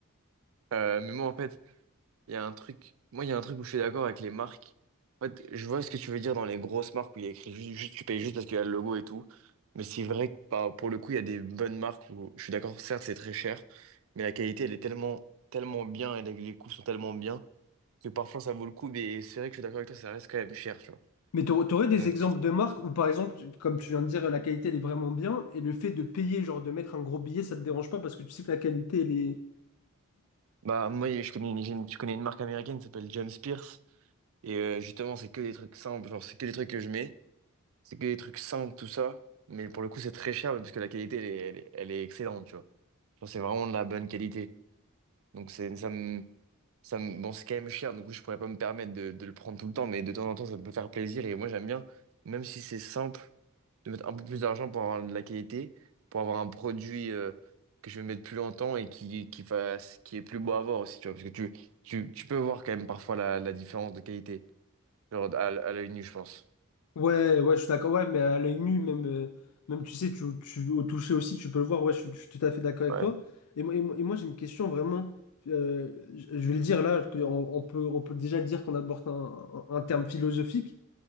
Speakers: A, on the right; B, on the left.
A: Euh, mais moi, en fait, Il y a un truc, moi, il y a un truc où je suis d'accord avec les marques. En fait, je vois ce que tu veux dire dans les grosses marques où il y a écrit ju- juste, tu payes juste parce qu'il y a le logo et tout. Mais c'est vrai que par- pour le coup, il y a des bonnes marques où je suis d'accord, certes, c'est très cher, mais la qualité, elle est tellement, tellement bien et les, les coûts sont tellement bien que parfois ça vaut le coup. Mais c'est vrai que je suis d'accord avec toi, ça reste quand même cher, tu vois.
B: Mais tu aurais
A: Donc,
B: des exemples de marques où, par exemple, tu- comme tu viens de dire, la qualité, elle est vraiment bien, et le fait de payer, genre de mettre un gros billet, ça te dérange pas parce que tu sais que la qualité, elle est...
A: bah, moi, je connais une, j'ai une- je connais une marque américaine qui s'appelle James Pierce. Et euh, justement, c'est que des trucs simples, genre, c'est que des trucs que je mets. C'est que des trucs simples, tout ça. Mais pour le coup, c'est très cher, mais parce que la qualité, elle est, elle est, elle est excellente, tu vois. Genre, c'est vraiment de la bonne qualité. Donc, c'est, ça me, ça me, bon, c'est quand même cher, du coup, je pourrais pas me permettre de, de le prendre tout le temps, mais de temps en temps, ça peut faire plaisir. Et moi, j'aime bien, même si c'est simple, de mettre un peu plus d'argent pour avoir de la qualité, pour avoir un produit euh, que je vais mettre plus longtemps et qui, qui fasse, qui est plus beau à voir aussi, tu vois. Parce que tu, tu, tu peux voir quand même parfois la, la différence de qualité, genre à, l- à l'œil nu, je pense.
B: Ouais, ouais, je suis d'accord, ouais, mais à l'œil nu, même, euh, même tu sais, tu, tu- au toucher aussi, tu peux le voir, ouais, je, suis je suis tout à fait d'accord avec
A: Ouais.
B: toi. Et moi, et moi, et moi, j'ai une question vraiment, euh, je je vais le dire là, que on, on peut, on peut déjà le dire qu'on aborde un, un- un terme philosophique,